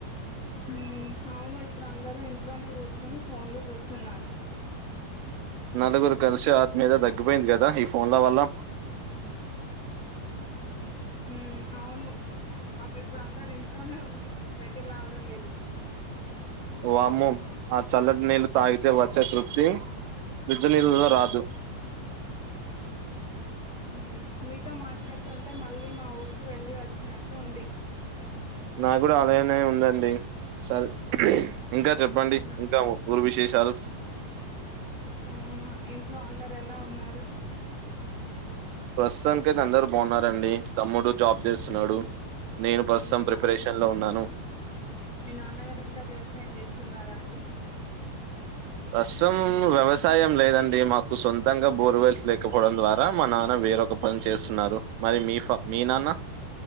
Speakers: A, on the left; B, on the right.
A: ఊ అవును ఇప్పుడు అందరూ ఇంట్లోనే కూర్చుని ఫోన్లు చూస్తున్నారు
B: నలుగురు కలిసి ఆత్మీయత తగ్గిపోయింది కదా ఈ ఫోన్ల వల్ల
A: హూ అవును ఇప్పుడు అందరూ ఇంట్లోనే ఉండి బయటికి రావడం లేదు
B: వామ్మో ఆ చల్లటి నీళ్ళు తాగితే వచ్చే తృప్తి జు నీళ్ళలో రాదు
A: ఊ మీతో మాట్లాడుతుంటే మళ్ళీ మా ఊరికి వెళ్ళి వచ్చినట్లు ఉంది
B: నాక్కూడా అలానే ఉందండి సరి ఇంకా చెప్పండి
A: హ్మ్
B: ఇంకా ఊరు విశేషాలు
A: ఆ ఇంట్లో అందరు ఎలా ఉన్నారు
B: ప్రస్తుతానిక అైతే అందరుూ బాన్నారండి తమ్ముడు జాబ్ చేస్తున్నాడు నేను ప్రస్తుతం
A: మీ నా
B: ప్రిపరేషన్ లో ఉన్నాను
A: మీ నాన్నగారు ఇంకా వ్యవసాయం చేస్తున్నారా అండి
B: ప్రస్తుతం వ్యవసాయం లేదండి మాకు సొంతంగా బోర్వెల్స్ లేకపోవడం ద్వారా మా నాన్న వేరొక పని చేస్తున్నారు మరి మీ ఫ మీ నాన్న